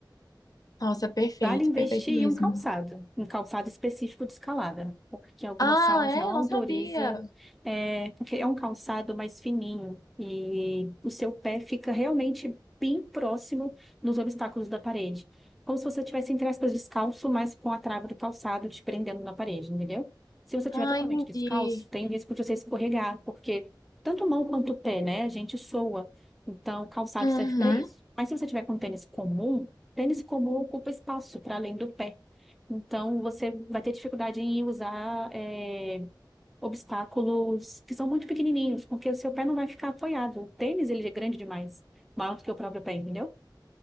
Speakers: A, on the left; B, in the centre.
A: Nossa, perfeito,
B: Vale investir
A: perfeito mesmo.
B: em um calçado, um calçado específico de escalada, porque algumas
A: Ah,
B: salas
A: é?
B: não autorizam,
A: Não sabia.
B: é, porque é um calçado mais fininho e o seu pé fica realmente bem próximo dos obstáculos da parede. Como se você estivesse, entre aspas, descalço, mas com a trava do calçado te prendendo na parede, entendeu? Se você estiver
A: Ah,
B: totalmente
A: entendi.
B: descalço, tem o risco de você escorregar, porque tanto mão quanto pé, né, a gente soa. Então, o calçado
A: Uhum,
B: serve para isso. Mas se você tiver com um tênis comum, Tênis comum ocupa espaço para além do pé. Então, você vai ter dificuldade em usar é, obstáculos que são muito pequenininhos, porque o seu pé não vai ficar apoiado. O tênis, ele é grande demais, maior do que o próprio pé, entendeu?